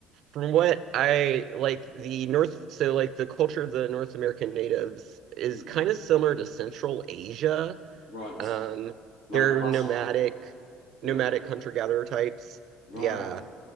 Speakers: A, on the right; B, on the left.
A: from what I like the North, so like the culture of the North American natives is
B: Hmm,
A: kind of similar to Central Asia.
B: right,
A: Um,
B: like
A: they're
B: Russia,
A: nomadic,
B: kind of. Yeah,
A: nomadic hunter-gatherer types.
B: right.
A: Yeah.